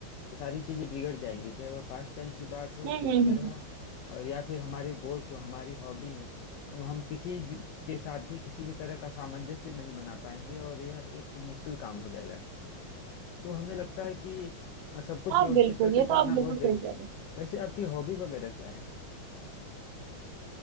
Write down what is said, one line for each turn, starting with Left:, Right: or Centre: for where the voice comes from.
Left: तो सारी चीजें बिगड़ जाएंगी चाहे वह पास्ट टाइम की बात हो
Right: हम्म
Left: फ्यूचर
Right: हम्म हम्म
Left: हो और या फिर हमारे गोल्स हो हमारी हॉबी हो अब हम किसी भी के साथ भी किसी भी तरह का सामंजस्य नहीं बना पाएंगे और यह एक मुश्किल काम हो जाएगा तो हमें लगता है कि अ, सब कुछ
Right: हाँ
Left: व्यवस्थित
Right: बिल्कुल
Left: करके
Right: ये
Left: चलना
Right: तो आप बिल्कुल
Left: बहुत
Right: सही
Left: जरूरी
Right: कह
Left: है
Right: रहे
Left: वैसे आपकी हॉबी वगैरह क्या है